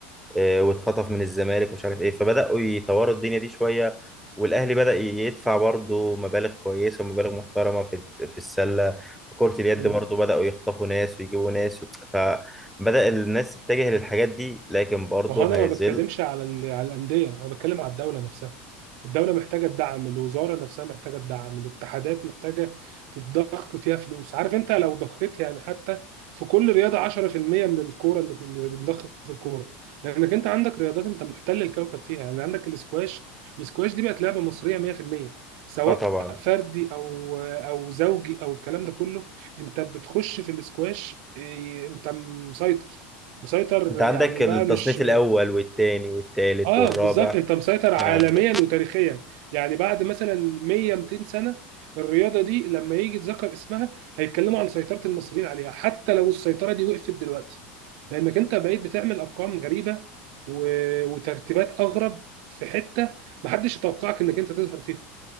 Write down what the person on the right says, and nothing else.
مم.
ما هو انا
ما بتكلمش على ال- على الانديه انا بتكلم على الدوله نفسها الدوله محتاجه الدعم الوزاره نفسها محتاجه الدعم الاتحادات محتاجه تتضخ فيها فلوس عارف انت لو ضخيت يعني حتى في كل رياضه 10% من الكوره اللي اللي بنضخ في الكوره لانك انت عندك رياضات انت محتل الكوكب فيها يعني عندك الاسكواش الاسكواش دي بقت لعبه مصريه 100% سواء
فردي او او زوجي او الكلام ده كله انت بتخش في الاسكواش إيه، انت مسيطر مسيطر
يعني
بقى مش
اه
بالظبط انت مسيطر عالميا
وتاريخيا يعني بعد مثلا 100 200 سنه الرياضه دي لما يجي يتذكر اسمها هيتكلموا عن سيطره المصريين عليها حتى لو السيطره دي وقفت دلوقتي لانك انت بقيت بتعمل ارقام غريبه و... وترتيبات اغرب في حته محدش يتوقعك انك انت تظهر فيها